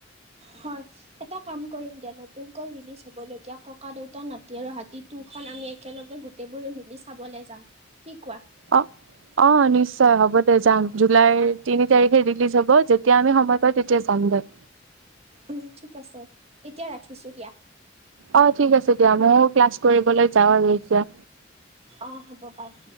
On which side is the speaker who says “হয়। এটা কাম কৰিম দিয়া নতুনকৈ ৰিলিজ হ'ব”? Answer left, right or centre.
Right